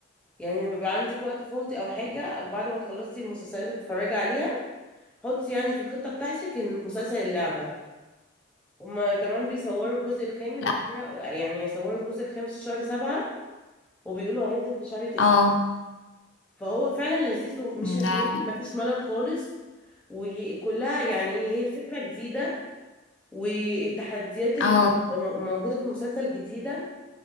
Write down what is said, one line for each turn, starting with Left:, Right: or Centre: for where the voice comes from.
Centre: يعني لما يبقى عندك وقت فاضي او حاجة او بعد ما تخلصي المسلسلات اللي بتتفرجي عليها حطي يعني في الخطة بتاعتك إن مسلسل اللعبة هما كمان بيصوروا الجزء الخامس
Left: لا
Centre: بتاع يعني هيصوروا الجزء الخامس في شهر سبعة وبيقولوا هينزل في شهر تسعة
Left: اه
Centre: فهو فعلا لذيذ ومش هتمل
Left: ده
Centre: مفيش ملل خالص وكلها يعني هي الفكرة جديدة والتحديات اللي
Left: اه
Centre: بتبقى م- موجودة في المسلسل جديدة